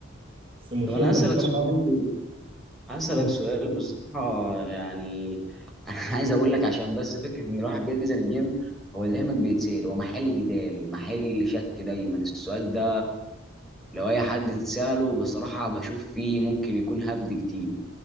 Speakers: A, on the right; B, in the centre.
A: بس المشكله
B: طب انا
A: انت
B: هسألك
A: مضطر
B: سؤال
A: تحول
B: هسألك
A: اوه
B: سؤال بصراحة يعني <laughs> عايز اقول لك عشان بس فكرة ان الواحد بينزل الجيم هو دايما بيتسأل هو محل جدال محل شك دايما السؤال ده لو اي حد اتسأله بصراحة بشوف فيه ممكن يكون هبد كتير